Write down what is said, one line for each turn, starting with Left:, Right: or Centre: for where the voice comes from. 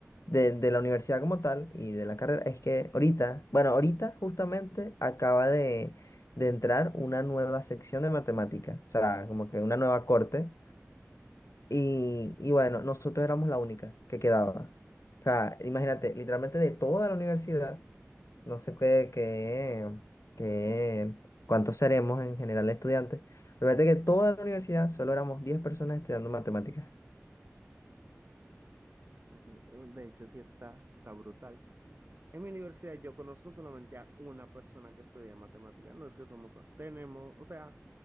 Left: de, de la universidad como tal y de la carrera es que ahorita, bueno, ahorita justamente acaba de, de entrar una nueva sección de matemática, o sea, como que una nueva corte. Y, y bueno, nosotros éramos la única que quedaba. O sea, imagínate, literalmente de toda la universidad, no sé qué, qué, qué, cuántos seremos en general estudiantes, pero fíjate que toda la universidad solo éramos 10 personas estudiando matemáticas.
Right: pues, de hecho, sí está, está brutal. En mi universidad yo conozco solamente a una persona que estudia matemáticas. No es que somos, tenemos, o sea,